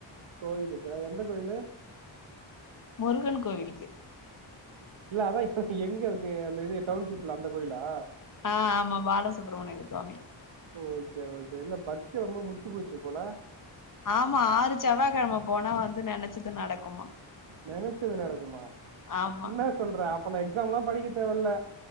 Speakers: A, on the right (about 80°); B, on the left (about 40°).
A: கோயிலுக்கா எந்த கோயிலு
B: முருகன் கோவிலுக்கு
A: இல்ல அதா இப்ப எங்க இருக்கு அந்த இது டவுன்ஷிப்ல அந்த கோயிலா
B: அ ஆமா பாலசுப்ரமணியகள் சுவாமி
A: ஓகே ஓகே இல்ல பக்தி ரொம்ப முத்தி போச்சு போல
B: ஆமா ஆறு செவ்வாகிழம போனா வந்து நினச்சது நடக்குமா
A: நெனைச்சது நடக்குமா
B: ஆமா
A: என்ன சொல்ற அப்ப நா எக்ஸாம் எல்லா படிக்க தேவ இல்ல